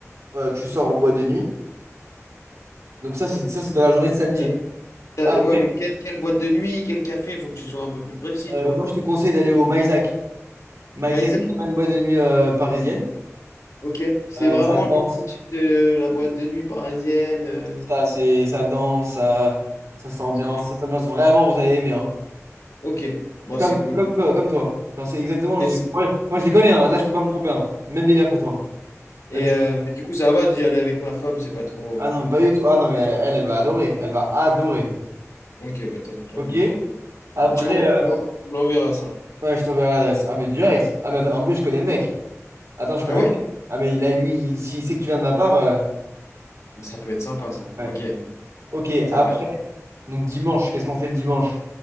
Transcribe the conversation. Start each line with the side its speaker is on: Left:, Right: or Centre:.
Right: euh, tu sors en boîte de nuit. Donc ça, c'est ça, c'était la journée de samedi.
Left: Euh, t'as-
Right: Après,
Left: ouais, mais quelle, quelle boîte de nuit, quel café, faut que tu sois un peu plus précis,
Right: euh,
Left: tu vois.
Right: moi, je te conseille d'aller au Maisac. Maisac,
Left: Maïzen?
Right: c'est une boîte de nuit euh, parisienne.
Left: Ok. C'est
Right: Euh,
Left: vraiment
Right: ça danse,
Left: le budget de la boîte de nuit parisienne. euh,
Right: ça, c'est, ça danse, ça, ça s'ambiance,
Left: c'est des-
Right: ça s'ambiance vraiment, vous allez aimer. hein.
Left: Ok. Moi,
Right: Comme,
Left: c'est cool.
Right: comme, comme, comme toi. Enfin, c'est exactement,
Left: Et,
Right: je-
Left: c-
Right: moi, moi, je les connais, hein. Là, je peux pas me tromper. hein. Même délire que toi.
Left: et,
Right: Même
Left: euh, mais du coup, ça va d'y aller avec ma femme, c'est pas trop.
Right: Ah non, pas du tout. Ah non, mais elle, elle va adorer. Elle va adorer.
Left: Ok, bah, tant tant
Right: Ok?
Left: mieux. tant
Right: Après,
Left: Bah, tu m'en- tu
Right: euh,
Left: m'en- ça.
Right: ouais, je t'enverrai l'adresse. Ah, mais direct. Ah, mais attends, en plus, je connais le mec. Attends, je connais
Left: Ah ouais?
Right: le mec. Ah, mais là, lui, il- s'il sait que tu viens de ma part. euh,
Left: Ça peut être sympa, ça.
Right: Ouais.
Left: Ok.
Right: Ok,
Left: Ça
Right: après,
Left: peut être
Right: donc dimanche, qu'est-ce qu'on fait le dimanche?